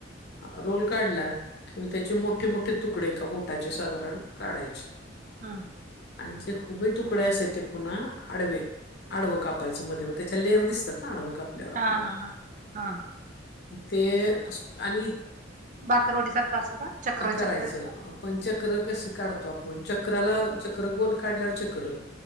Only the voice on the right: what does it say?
हम
हा हा हा हा
भाकरवंडी सारखं असं का चक्र
चक्र असतात.